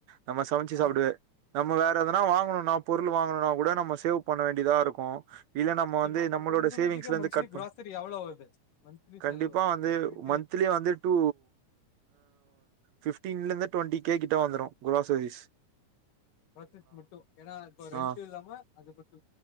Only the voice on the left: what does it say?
ஆமா
இப்ப
இப்ப உங்க
வீட்டுக்கே மந்த்லி
கிராசரி எவ்வளவு ஆகுது மந்த்லி
செலவு இப்ப
வீட்டு
க்ராசரிஸ் மட்டு ஏனா இப்ப ரெண்ட்டு
இல்லாம அது மட்டு